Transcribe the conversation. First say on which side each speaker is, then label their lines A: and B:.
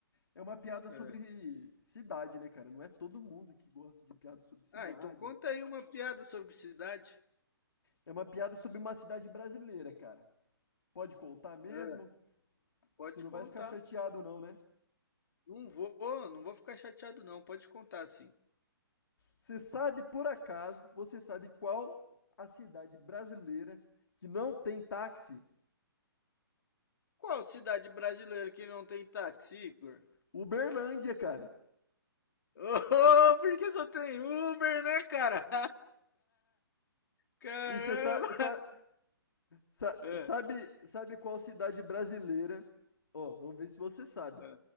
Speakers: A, on the left (about 75°); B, on the left (about 60°).
A: é uma piada
B: É.
A: sobre
B: é.
A: cidade, né, cara? Não é todo mundo que gosta de piada sobre cidade.
B: Ah, então conta aí uma piada sobre cidade.
A: É uma piada sobre uma cidade brasileira, cara. Pode contar mesmo?
B: Ah, pode
A: Você não
B: contar.
A: vai ficar chateado, não, né?
B: Não vou, não vou ficar chateado não, pode contar sim.
A: Você sabe, por acaso, você sabe qual a cidade brasileira que não tem táxi?
B: Qual cidade brasileira que não tem táxi, Igor?
A: Uberlândia, cara.
B: Oh, porque <laughs> só tem Uber, né, cara? <laughs> Caramba!
A: E você sa sa sa-
B: É,
A: sabe, sabe qual cidade brasileira? Ó, vamos ver se você sabe.
B: é,